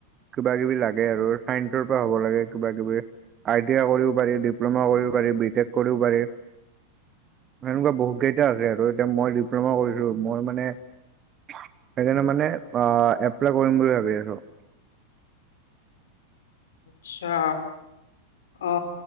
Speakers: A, on the right (about 25°); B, on the left (about 60°).
A: কিব কিবি লাগে আৰু চাইন্সৰ পৰা হ'ব লাগে কিবা কিবি আইটি কৰিব পাৰি ডিপ্ল'মা কৰিব পাৰি। বিটেক কৰিও পাৰি।
B: <inaudible>
A: হেনেকুৱা বহুত কেইটা আছে আৰু এতিয়া মই ডিপ্ল'মা কৰিছো মই মানে সেইকাৰণে মানে আহ এপ্লাই কৰিম বুলি ভাবি আছো।
B: আচ্ছা অ